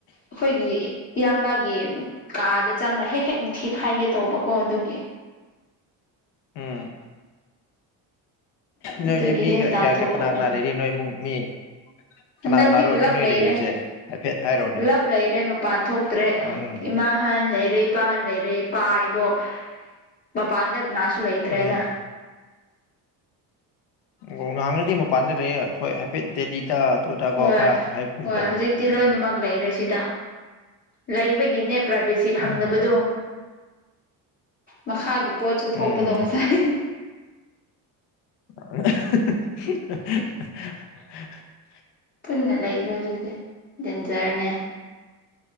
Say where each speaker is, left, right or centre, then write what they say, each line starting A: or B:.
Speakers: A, on the left; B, on the left.
A: ꯑꯈꯣꯏꯒꯤ ꯏꯌꯥꯝꯕꯒꯤ ꯀꯥꯗ ꯆꯪꯔ ꯍꯦꯛ ꯍꯦꯛ ꯊꯤ ꯐꯥꯏꯒꯦ ꯇꯧꯕꯀꯣ ꯑꯗꯨꯒꯤ
B: ꯎꯝ ꯅꯣꯏꯁꯦ
A: ꯑꯗꯨꯒꯤ
B: ꯃꯤ
A: ꯍꯦꯛ ꯇꯥꯟꯊꯣꯛꯄ
B: ꯀꯌꯥ ꯀꯅꯥ
A: ꯑꯩꯈꯣꯏꯅ
B: ꯀꯅꯥ ꯂꯩꯔꯤ ꯅꯣꯏ ꯏꯃꯨꯡ ꯃꯤ ꯀꯅꯥ
A: ꯍꯟꯗꯛꯇꯤ
B: ꯀꯅꯥꯔꯣ
A: ꯄꯨꯜꯂꯞ
B: ꯍꯧꯖꯤꯛ ꯅꯣꯏ
A: ꯂꯩꯔꯦ
B: ꯂꯩꯔꯤꯕꯁꯦ ꯍꯥꯏꯐꯦꯠ ꯍꯥꯏꯔꯣꯅꯦ
A: ꯄꯨꯂꯞ ꯂꯩꯔꯦ ꯃꯄꯥꯟ ꯊꯣꯛꯇ꯭ꯔꯦ
B: ꯎꯝ
A: ꯏꯃꯥ ꯍꯥꯟ ꯂꯩꯔꯦ ꯏꯄꯥꯍꯟ ꯂꯩꯔꯦ ꯏꯄꯥ ꯏꯕꯣꯛ ꯃꯄꯥꯟꯗ ꯀꯅꯥꯁꯨ ꯂꯩꯇ꯭ꯔꯦꯗ
B: ꯎꯝ ꯑꯣ ꯉꯍꯥꯟꯅꯗꯤ ꯃꯄꯥꯟꯗ ꯂꯩꯑꯧ ꯍꯣꯏ ꯍꯥꯏꯐꯦꯠ ꯗꯦꯜꯂꯤ ꯑꯗ ꯑꯗꯨꯗꯀꯣ
A: ꯍꯣꯏ
B: ꯈꯔ ꯍꯥꯏꯕꯒꯨꯝ
A: ꯍꯣꯏ
B: ꯇꯧꯕꯅꯦ
A: ꯍꯧꯖꯤꯛꯇꯤ
B: ꯎꯝ
A: ꯂꯣꯏꯅꯃꯛ ꯂꯩꯔꯦ ꯁꯤꯗ ꯂꯩꯕꯒꯤꯅꯦ ꯄ꯭ꯔꯥꯏꯚꯦꯁꯤ ꯐꯪꯗꯕꯗꯣ
B: ꯎꯝ
A: ꯃꯈꯥꯒꯤ ꯄꯣꯠꯁꯨ ꯊꯣꯛꯄꯗꯣ
B: ꯎꯝ
A: ꯉꯁꯥꯏ
B: ꯑꯍꯥ ꯍꯥ ꯍꯥ
A: ꯄꯨꯟꯅ ꯂꯩꯈ꯭ꯔ ꯑꯗꯨꯗꯤ ꯗꯦꯟꯖꯔꯅꯦ